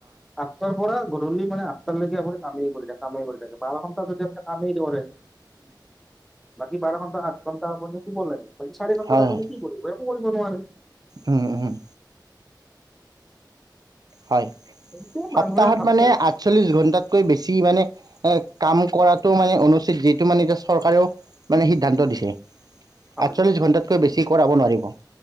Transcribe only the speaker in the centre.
আঠটাৰ পৰা গধুলী মানে আঠটালৈকে আপুনি কামেই কৰি থাক, কামেই কৰি থাকে, বাৰ ঘণ্টা যদি আপুনি কামেই কৰে বাকী বাৰ ঘন্টা আঠ ঘন্টা আপুনি শুব লাগে। বাকী চাৰি ঘণ্টাৰ
আপুনি
কি কৰিব? এক কৰিব নোৱাৰে।
এতিয়া
মানুহে ভালকে
হয়